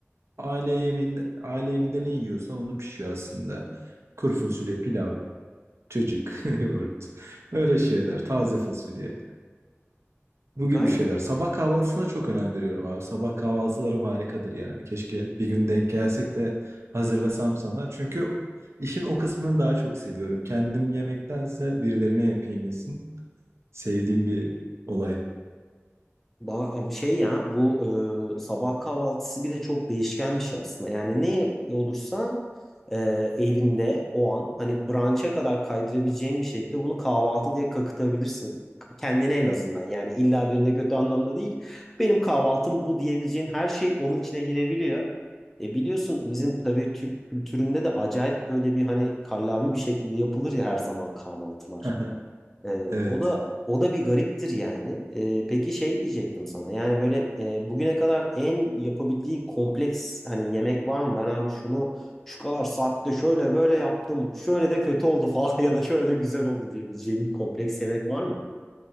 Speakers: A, on the right; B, in the centre.
A: Aile yemeğinde, aile evinde ne yiyorsa onu pişiyor aslında. Kuru fasulye, pilav, çocuk, <laughs> yoğurt. Öyle şeyler. Taze fasulye. Bu
B: Gayet
A: gibi şeyler. Sabah kahvaltısına çok önem veriyorum abi. Sabah kahvaltılarım harikadır yani. Keşke bir gün denk gelsek de hazırlasam sana. Çünkü işin o kısmını daha çok seviyorum. Kendim yemektense birilerine yapayım yesin. Sevdiğim bir olay.
B: Ba- Abi şey ya bu e, sabah kahvaltısı bir de çok değişkenmiş aslında. Yani ne olursa e, evinde o an hani brunch'a kadar kaydırabileceğin bir şekilde bunu kahvaltı diye kakıtabilirsin. Kendine en azından yani illa birine kötü anlamda değil. Benim kahvaltım bu diyebileceğin her şey onun içine girebiliyor. E biliyorsun bizim tabii Türk kültüründe de acayip böyle bir hani kallavi bir şekilde yapılır ya her zaman kahvaltılar.
A: <laughs>
B: Ee,
A: Evet.
B: o da o da bir gariptir yani. Ee, peki şey diyecektim sana. Yani böyle e, bugüne kadar en yapabildiğin kompleks hani yemek var mı? Ben abi şunu şu kadar saatte şöyle böyle yaptım. Şöyle de kötü oldu falan <laughs> ya da şöyle de güzel oldu diyebileceğim bir kompleks yemek var mı?